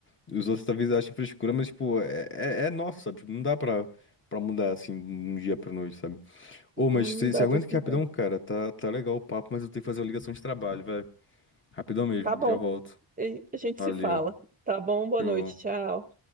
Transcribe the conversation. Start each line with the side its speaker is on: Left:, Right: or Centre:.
Left: os outros talvez achem frescura, mas, tipo, é, é, é nosso, sabe? Tipo, não dá pra, pra mudar, assim, de um dia pra noite, sabe? Ô,
Right: Não
Left: mas você
Right: dá
Left: você aguenta
Right: pra explicar.
Left: que rapidão, cara. Tá, tá legal o papo, mas eu tenho que fazer uma ligação de trabalho, vai. Rapidão mesmo,
Right: Tá bom.
Left: já volto.
Right: E A gente
Left: Valeu.
Right: se fala. Tá bom, boa
Left: Tchau.
Right: noite, tchau.